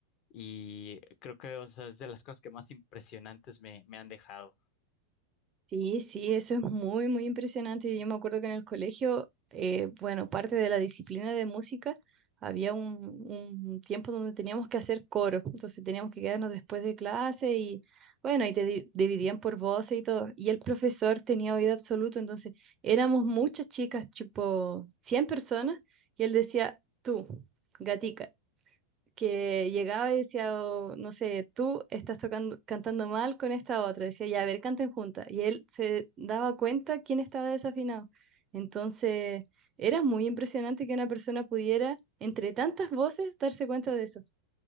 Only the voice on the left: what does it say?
y creo que, o sea, es de las cosas que más impresionantes me me han dejado.